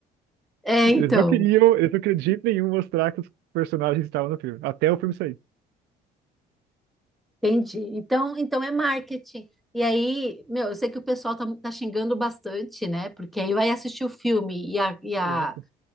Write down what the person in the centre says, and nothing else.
é, então,
entendi. Então, então é marketing. E aí, meu, eu sei que o pessoal tá, tá xingando bastante, né? Porque aí vai assistir o filme e a, e a